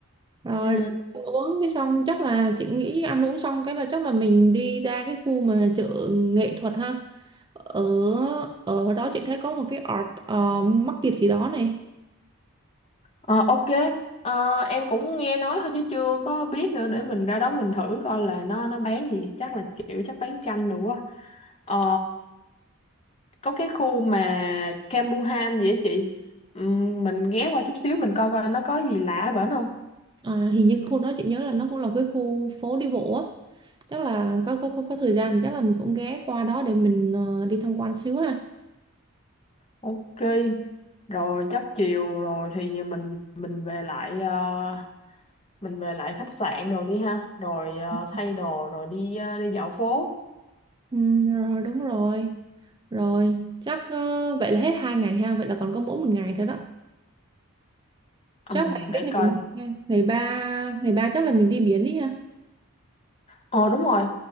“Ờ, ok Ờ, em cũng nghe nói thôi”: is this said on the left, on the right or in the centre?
Left